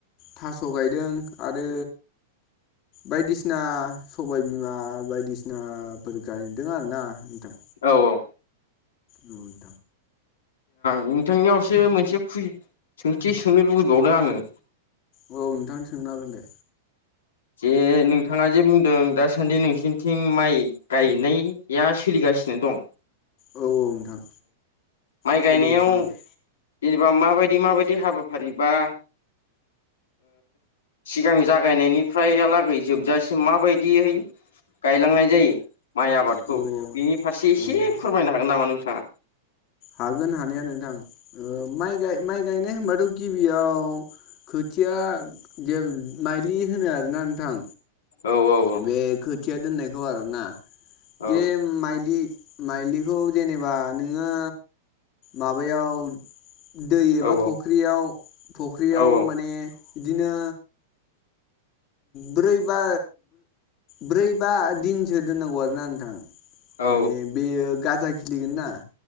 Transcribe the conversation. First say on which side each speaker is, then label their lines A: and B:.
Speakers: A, on the left; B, on the left.
A: थास' गायदों आरो बायदिसिना सबायबिमा बायदिसिनाफोर गायदों आरोना नोंथां।
B: औ औ
A: औ
B: नोंथांनियावसो मोनसे खु सोंथि सोंनो लुबैबावदों आङो।
A: औ नोंथां सोंनो हागोन दे।
B: जे नोंथाङा जे बुंदों दासान्दि नोंसिनिथिं माइ, गायनाया सोलिगासिनो दं,
A: औ औ नोंथां
B: माइ गायनायाव
A: सोलिगासिनो दं
B: जेनेबा माबायदि माबायदि हाबाफारि बा सिगां जागायनायनिफ्रायलागै जोबजासिम माबायदियै गायलांनाय जायो माइ आबादखौ
A: अ
B: बिनि फारसे
A: अ
B: एसे फोरमायनो हागोन नामा नोंथाङा
A: हागोन हानाया नोंथां माइाय माइ गायनाय होनबाथ' गिबियाव खोथिया जे माइलि होनो आरोना नोंथां
B: औ औ औ
A: बे खोथिया दोननायखौ आरोना
B: औ
A: बेे माइलि माइलिखौ जेनेबा नोङो माबायाव दै एबा
B: औ
A: फख्रियाव फख्रियाव
B: औ
A: माने बिदिनो ब्रै बा ब्रै बा दिनसो दोननांगौ आरोना नोंथां
B: औ
A: माने बेयो गाजा खिलिगोन ना